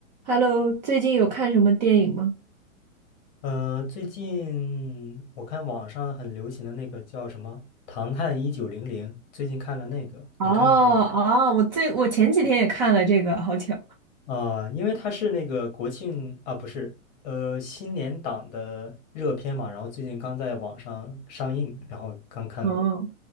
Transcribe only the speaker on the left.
呃，最近我看网上很流行的那个叫什么《唐探一九零零》，最近看了那个，
你看过吗？
啊、因为它是那个国庆啊，不是，呃，新年档的热片嘛，然后最近刚在网上上映，然后刚看过，